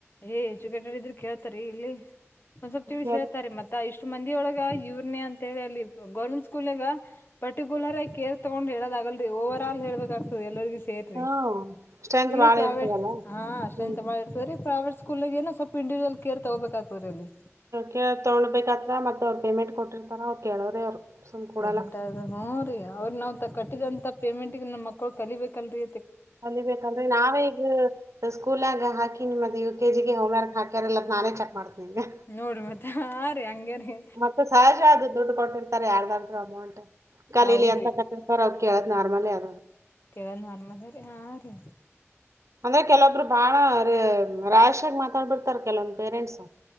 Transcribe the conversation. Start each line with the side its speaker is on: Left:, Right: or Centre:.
Left: ಏ ಯಚ್ಚುಕೇಟರ್ ಇದ್ರರು ಕೇಳ್ತಾರ ಇಲ್ಲಿ ಒಂದ್ವಲ್ಪ ತಿಳ್
Right: ಕೇಳ್-
Left: ಹೇಳ್ತಾರೆ ಮತ್ತ ಇಷ್ಟ ಇಷ್ಟು ಮಂದಿೊಳಗ ಇವ್ರನೇ ಅಂತ ಹೇಳಿ ಅಲ್ಲಿ ಗರ್ಮೆಂಟ್ ಸ್ಕೂಲ್ಗ ಪರ್ಟಿಕ್ಯುಲರ್ ಆಗಿ ಕೇರ್ ತಗೊಂಡ್ ಹೇಳೋದಗಲ್ರಿ ಓವರ್ ಆಲ್ ಹ ಹೇಳಬೇಕಾಗ್ತದೆ ಎಲ್ಲರಿ ಸೇತ್ರಿ
Right: ಹ್ಮ್ ಸ್ಟ್ರೆಂತ್
Left: ಇಲ್ಲಿ
Right: ಭಾಳ
Left: ಪ್ರಾವೇಟ್
Right: ಇರ್ತದಲ್ಲ.
Left: ಹಾ ಅಷ್ಟಂತ
Right: ಹ್ಮ್
Left: ಮಾಡಿರ್ತವ್ರರಿ ಪ್ರೈವೇಟ್ ಸ್ಕೂ ಏನು ಸ್ವಲ್ ಇಂಡಿಜಲ್ ಕರ್ ತಗೋಬೇಕಕ್ತದೆ ಅಲ್ಲಿ
Right: ಕೇಳ ತೊಗೊಂಡ್ಬೇಕತ್ರ ಮತ್ತ ಅವ್ರು ಪೇಮೆಂಟ್ ಕೊಟ್ಟಿರ್ತಾರ ಅವ ಕೇಳವ್ರೀ ಅವ್ರು ಸುಮ್ ಕೊಡಲ್ಲ
Left: ಪೇಮೆಂಟ್ ಆದ ಹ್ಞೂ ರೀ ಅವ್ರ ನಾವು ತ ಕಟ್ಟ ಂತ ಪೇಮೆಂಟ್ ಗ ನಮ್ಮ ಮಕ್ಕಳು ಕಲಿಬೇಕಲ್ರೀ
Right: ಅಲಿಬೇಕಂದ್ರೆ ನಾವೇ ಈಗ ಸ್ಕೂಲ್ಾಗ ಹಾಕಿ ನಿಮ್ಮದ ಯ ಕೆ ಜಿ ಹೋಮ್ರ್ಕ್ ಹಾಕ ಇಲ್ಲ ನೇ ಚಕ್ ಮಾಡತ
Left: ನೋಡ್ರಿ ಮತ್ತ ಹಾ ರೀ ಹಂಗೇರಿ
Right: ಮತ್ತೆ ಸಹಜ ಅದು ದುಡ್ಡು ಕೊಟ್ಟಿರ್ತಾರೆ ಯಾರ್ದಾದರು ಅಮೌಂಟ್ ಕಲೀಲಿ
Left: ಹೌದ್ರಿ
Right: ಎಂತ ಕಟ್ಟಿರ್ತಾರೆ ಅವ ಕೇಳದ್ ನಾರ್ಮಲಿ ಹಾ
Left: ಕೆಳ ನಾರ್ಮಲ್ ಹಾ ರೀ
Right: ಅಂದ್ರೆ ಕೆಲೊಬ್ರು ಬಾಳ ರಾಶ್ ಆಗ ಮಾತಾಬ ಬಿಡ್ತಾರ ಕೆಲವೊಂದ್ ಪೇರೆಂಟ್ಸ್ ಸ